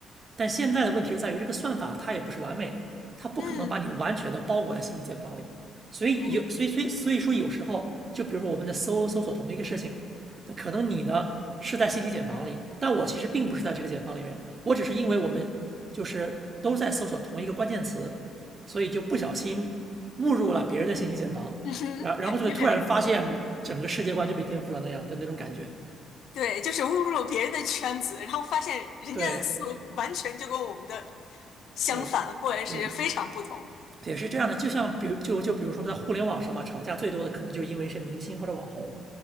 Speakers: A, on the right; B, on the left.
A: 但现在的问题是在于这个算法它也不是完美的，它不可能把你完全的包裹在信息茧房里。
B: 嗯，
A: 所以有，
B: 嗯哼，
A: 所以所以所以说有时候，就比如说我们在搜搜索同一个事情，那可能你呢是在信息茧房里，但我其实并不是在这个茧房里面，我只是因为我们就是都在搜索同一个关键词，所以就不小心误入了别人的信息茧房，
B: 嗯哼，
A: 然然后这个突然发现整个世界观就被颠覆了那样的那种感觉。
B: <laughs> 对。对，就是误入别人的圈子，然后发现人家的思维完全就跟我们的
A: 对
B: 相反，
A: 对
B: 或者是非常不同。
A: 对也是这样的，就像比如就就比如说在互联网上嘛，吵架最多的可能就因为是明星或者网红。